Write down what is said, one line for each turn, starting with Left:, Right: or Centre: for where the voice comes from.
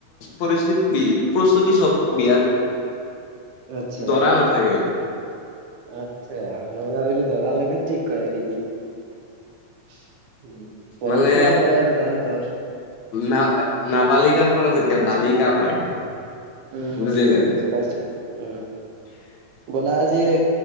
Left: পৰিস্থিতি বি প্ৰস্তুতি চব বিয়াৰ হয়
Right: আচ্ছা,
Left: দৰা নাথাকে।
Right: আচ্ছা ম ই ভাবিলো দৰা লগত ঠিক কৰে নেকি <unintelligible> পৰম্পৰা
Left: মানে
Right: হয় আৰু তাহাঁতৰ
Left: না নাবালিকাৰ পৰা যে তেওঁ বালিকা হয়
Right: উম
Left: বুজিলে
Right: -উম বুজি পাইছো উম, ব'লা আজি